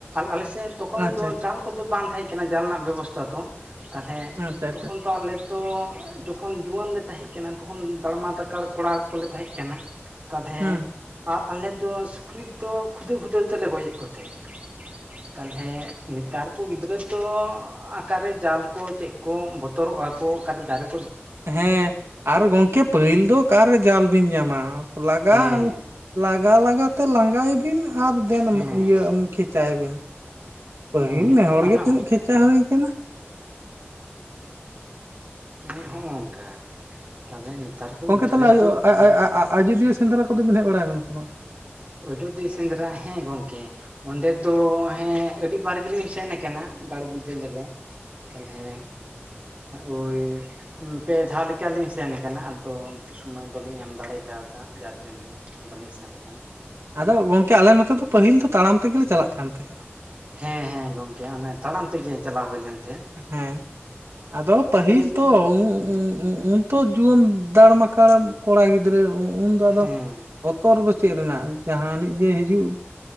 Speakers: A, on the right (about 35°); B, on the right (about 75°).
A: ᱟᱞᱮ ᱥᱮᱫ ᱛᱚᱠᱷᱚᱱ
B: ᱟᱪᱪᱷᱟ
A: ᱫᱚ
B: ᱟᱪᱪᱷᱟ
A: ᱡᱟᱞ ᱠᱚᱫᱚ ᱵᱟᱝ ᱛᱟᱦᱮᱸ ᱠᱟᱱᱟ ᱡᱟᱞ ᱱᱟᱜ ᱵᱮᱵᱚᱥᱛᱟ ᱫᱚ ᱛᱟᱞᱦᱮ
B: ᱟᱪᱪᱷᱟ ᱟᱪᱪᱷᱟ
A: ᱛᱚᱠᱷᱚᱱ ᱫᱚ ᱟᱞᱮ ᱛᱚ ᱡᱚᱠᱷᱚᱱ ᱡᱩᱣᱟᱹᱱ ᱞᱮ ᱛᱟᱦᱮᱸ ᱠᱟᱱᱟ ᱛᱚᱠᱷᱚᱱ ᱫᱟᱲᱢᱟ ᱫᱟᱠᱟᱲ ᱠᱚᱲᱟ ᱠᱚᱞᱮ ᱛᱟᱦᱮᱸ ᱠᱟᱱᱟ ᱛᱟᱞᱦᱮ
B: ᱦᱮᱸ
A: ᱟᱨ ᱟᱞᱮ ᱫᱚ ᱥᱩᱠᱨᱤ ᱫᱚ ᱠᱷᱩᱫᱟᱹᱣ ᱠᱷᱩᱫᱟᱹᱣ ᱛᱮᱞᱮ ᱜᱚᱡ ᱮᱫ ᱠᱚ ᱛᱟᱦᱮᱸ ᱾ ᱛᱟᱞᱦᱮ ᱱᱤᱛ ᱱᱮᱛᱟᱨ ᱠᱚ ᱜᱤᱫᱽᱨᱟᱹ ᱛᱚ ᱟᱠᱟᱨᱮ ᱡᱟᱞ ᱠᱚ ᱪᱮᱫ ᱠᱚ ᱵᱚᱛᱚᱨᱚᱜᱼᱟ ᱠᱚ ᱚᱠᱟᱨᱮ ᱫᱟᱨᱮᱹ
B: ᱦᱮᱸ ᱟᱨ ᱜᱚᱝᱠᱮ ᱯᱟᱹᱦᱤᱞ ᱫᱚ ᱚᱠᱟᱨᱮ ᱡᱟᱞ ᱵᱤᱱ ᱧᱟᱢᱟ ᱾ ᱞᱟᱜᱟ,
A: ᱦᱮᱸ
B: ᱞᱟᱜᱟ ᱞᱟᱜᱟᱛᱮ ᱞᱟᱸᱜᱟᱭᱮ ᱵᱤᱱ ᱟᱨ ᱮᱱ
A: ᱦᱮᱸ
B: ᱤᱭᱟᱹ ᱠᱷᱮᱪᱟᱭᱮ ᱵᱤᱱ ᱯᱟᱹᱦᱤᱞ
A: ᱦᱮᱸ
B: ᱱᱮ ᱦᱚᱲ
A: ᱚᱱᱮ
B: ᱜᱮ ᱛᱤᱱᱟᱹᱜ
A: ᱚᱱᱠᱟ
B: ᱠᱷᱮᱪᱟ ᱦᱳᱭ ᱟᱠᱟᱱᱟ ᱾
A: ᱦᱮᱸ ᱦᱳ ᱚᱱᱠᱟ ᱛᱟᱞᱦᱮ ᱱᱮᱛᱟᱨ ᱠᱚ
B: ᱜᱚᱝᱠᱮ
A: ᱜᱤᱫᱽᱨᱟᱹ
B: ᱛᱟᱦᱚᱞᱮ
A: ᱫᱚ ᱦᱩᱸᱦ
B: ᱟᱡᱚᱫᱤᱭᱟᱹ ᱥᱮᱸᱫᱽᱨᱟ ᱠᱚᱫᱚᱵᱮᱱ ᱦᱮᱡ ᱵᱟᱲᱟ ᱟᱠᱟᱱᱟ ᱥᱮ ᱵᱟᱝ?
A: ᱟᱡᱚᱫᱤᱭᱟᱹ ᱥᱮᱸᱫᱽᱨᱟ ᱦᱮᱸ ᱜᱚᱝᱠᱮ ᱚᱸᱰᱮ ᱫᱚ ᱦᱮᱸ ᱟᱹᱰᱤ ᱵᱟᱨ ᱜᱮᱞᱤᱧ ᱥᱮᱱ ᱟᱠᱟᱱᱟ ᱫᱟᱲᱮᱹ ᱵᱤᱫᱟᱹᱞ ᱨᱮ ᱛᱟᱞᱦᱮ ᱦᱮᱸ, ᱳᱭ ᱾ ᱯᱮ ᱫᱷᱟᱣ ᱞᱮᱠᱟ ᱞᱤᱧ ᱥᱮᱱ ᱠᱟᱱᱟ ᱟᱫᱚ ᱥᱚᱢᱚᱭ ᱵᱟᱹᱞᱤᱧ ᱧᱟᱢ ᱫᱟᱲᱮ ᱠᱟᱣᱫᱟ ᱡᱟᱨ ᱡᱚᱱ-ᱱᱮ ᱵᱟᱞᱤᱧ ᱥᱮᱱ ᱟᱠᱟᱱᱟ ᱾
B: ᱟᱫᱚ ᱜᱚᱝᱠᱮ ᱟᱞᱮ ᱱᱚᱛᱮ ᱫᱚ ᱯᱟᱹᱦᱤᱞ ᱫᱚ ᱛᱟᱲᱟᱢ ᱛᱮᱜᱮ ᱞᱮ ᱪᱟᱞᱟᱜ ᱠᱟᱱ ᱛᱟᱦᱮᱸ ᱾
A: ᱦᱮᱸ ᱦᱮᱸ ᱜᱚᱝᱠᱮ ᱚᱱᱮ ᱛᱟᱲᱟᱢ ᱛᱮᱜᱮ ᱪᱟᱞᱟᱣ ᱦᱳᱭᱞᱮᱱ ᱛᱮ
B: ᱦᱮᱸ ᱟᱫᱚ ᱯᱟᱹᱦᱤᱞ
A: ᱵᱮᱱ
B: ᱛᱚ ᱩᱸᱻ
A: ᱦᱮᱸ
B: ᱩᱸᱻ ᱩᱸ ᱾ ᱛᱚ ᱡᱩᱣᱟᱹᱱ ᱫᱟᱲ ᱢᱟᱠᱟᱲ ᱠᱚᱲᱟ ᱜᱤᱫᱽᱨᱟᱹ ᱩᱱ ᱩᱱ ᱫᱚ ᱟᱫᱚ
A: ᱦᱮᱸ
B: ᱛᱚᱨ ᱫᱚ ᱪᱮᱫ ᱨᱮᱱᱟᱜ ᱡᱟᱦᱟᱱᱤᱡ ᱜᱮ ᱦᱤᱡᱩᱜ